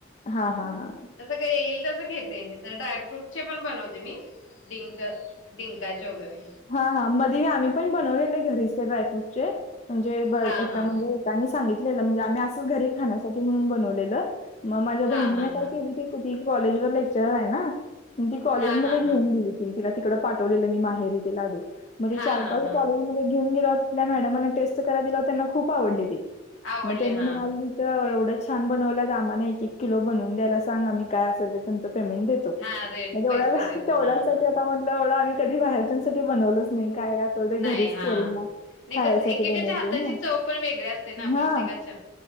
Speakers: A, on the left (about 35°); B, on the left (about 80°).
A: हा हा हा
B: जसं काय येईल तसं घेते. हे तर ड्रायफ्रूट चे पण बनवते मी. डिंक डिंकाचे वगैरे
A: हा हा मधे आम्ही पण बनवलेले घरीच ते ड्रायफ्रूटचे म्हणजे ब
B: हा
A: एका
B: हा
A: म्हणजे त्यांनी सांगितलेलं म्हणजे आम्ही असंच घरी खाण्यासाठी म्हणून बनवलेलं मग माझ्या
B: हा
A: बहिणीने
B: हा हा
A: काय केली ते कॉलेज वर लेक्चरर आहे ना ती कॉलेजमध्ये
B: हा हा
A: घेऊन
B: हा
A: गेली मग तिला तिकडे पाठवलेलं माहेरी ते लाडू
B: हा
A: चार
B: हा
A: पाच
B: हा
A: कॉलेजमध्ये ते घेऊन गेले मग टेस्ट करा दिल्यावर खूप आवडले ते
B: आवडले
A: त्यांनी
B: हा
A: म्हणाले कि एवढंच छान बनवलं आम्हा एक किलो बनवून दयायला सांग आम्ही काय असेल तर तुमचं पेमेंट देतो. तेवढ्यासाठी
B: हा रेट पैसे देतो हा हा
A: आ म्हटलं एवढं आम्ही कधी बाहेरच्यासाठी बनवलच नाही काय ते घरीच
B: नाही हा
A: पोरींना
B: नाही
A: खायसाठी
B: कसं एकेकाच्या
A: बनवते
B: हाताची
A: ना
B: चव पण वेगळी असते ना प्रत्येकाच्या
A: हा